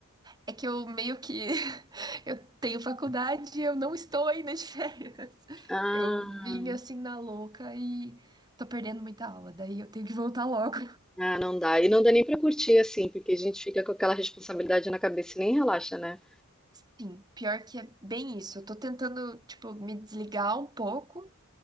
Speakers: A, on the right (about 20°); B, in the centre.
A: É que eu meio que <laughs> eu tenho faculdade e eu não estou ainda de <laughs> férias.
B: Ah,
A: Eu vim assim na louca e tô perdendo muita aula, daí eu tenho que voltar logo.
B: ah, não dá. E não dá nem pra curtir assim, porque a gente fica com aquela responsabilidade na cabeça e nem relaxa, né?
A: <laughs> Sim, pior que é bem isso. Eu tô tentando, tipo, me desligar um pouco